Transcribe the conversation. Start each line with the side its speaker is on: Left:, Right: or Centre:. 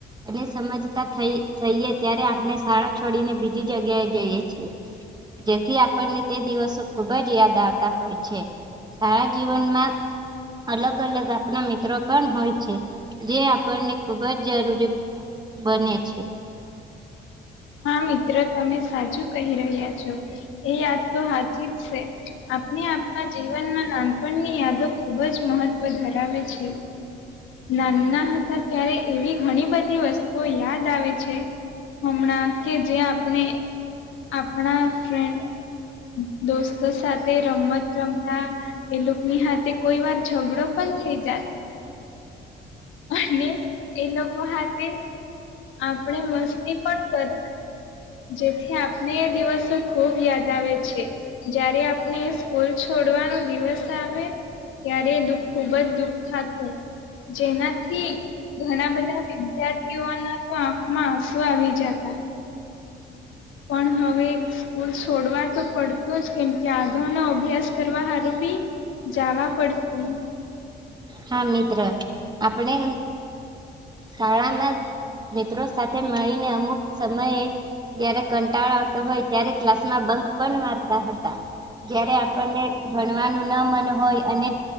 Right: અને સમજતા થઈ થઈએ ત્યારે આપણે શાળા છોડીને બીજી જગ્યાએ જઈએ છીએ જેથી આપણને તે દિવસો ખુબ જ યાદ આવતા હોય છે સારા જીવ વનમાં અલગ અલગ આપ મિત્રો પણ હોય છે જે આપણને ખુબ જ જરૂરી બને છે
Left: હા મિત્ર તમે સાચું કહી રહ્યા છો એ યાદ તો હાચી જ છે આપણે આપણા જીવનમાં નાનપણની યાદો ખૂબ જ મહત્વ ધરાવે છે નાના હતા ત્યારે એવી ઘણી બધી વસ્તુઓ યાદ આવે છે. હમણાં કે જેયા આપણે આપણા ફેન્ડ દોસ્તો સાથે રમત રમતા એ લોકોની હાથે કોઈ વાર ઝઘડો પણ થઈ જાત અને એ લોકો હાથે આપણે મસ્તી પણ કર જેથી આપને એ દિવસો ખુબ યાદ આવે છે. જયારે આપને સ્કૂલ છોડવાનો દિવસ આવે ત્યારે દુઃ ખૂબ જ દુઃખ થતું જેનાથી ઘણા બધા વિદ્યાર્થીઓના તો આંખમાં આંસુ આવી જતા પણ હવે સ્કૂલ છોડવા તો પડતું જ કેમ કે આગા નો અભ્યાસ કરવા સારું બી જાવા પડતું
Right: હા મિત્ર આપણે શાળામાં મિત્રો સાથે મળીને અમુક સમયે જયારે કંટાળો આવતો હોય ત્યારે ક્લાસ માં બંક પણ મારતા હતા જયારે આપણને ભણવાનું ના મન હોય અને